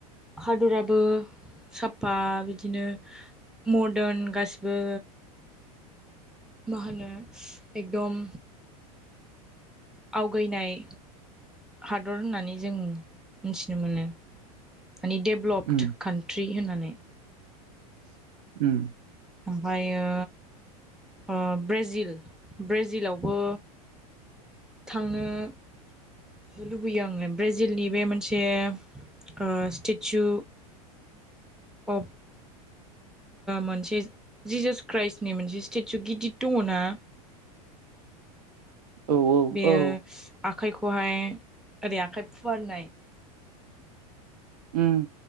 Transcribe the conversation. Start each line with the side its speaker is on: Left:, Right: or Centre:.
Centre: हादराबो सापा बिदिनो मरदोन गासिबो मा होनो एकदम आवगायनाय हादर होननानै जों मिथिनो मोनो मानि देब भ्लप
Right: उम
Centre: कान्ट्रि होननानै
Right: उम
Centre: ओमफायो ओ ब्रेजिल ब्रेजिलावबो थांनो लुबैयो आङो ब्रेजिलनि बे मोनसे ओ स्टेचु अफ मोनसे जिजुस क्राइस्टनि मोनसे स्टेचु गिदद दङ ना
Right: औ
Centre: बेयो
Right: औ
Centre: आखाइखौहाय ओरै आखाइ फुवारनाय
Right: उम